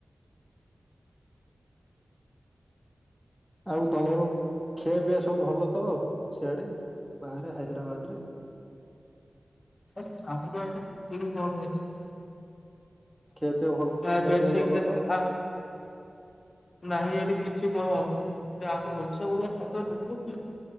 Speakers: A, in the centre; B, on the left.
A: ଆଉ ତମର ଖିଆପିଆ ସବୁ ଭଲ ତ ସିଆଡ଼େ ବାହାରେ ହାଇଦ୍ରାବାଦରେ।
B: ଆ ନାନୀ <unintelligible>
A: ଖିଆ ପିଆ ଭଲ
B: ଆ
A: ଖିଆ
B: ବସଇତ
A: ପିଆ ଭଲ
B: <unintelligible>
A: ତ
B: ନାଇଁ ଏଠି କିଛି ଭଲ ନାହିଁ କି ଆମର ଓଡ଼ିଷା ଭଳିଆ ଖାଇବା ମିଳିବ କି?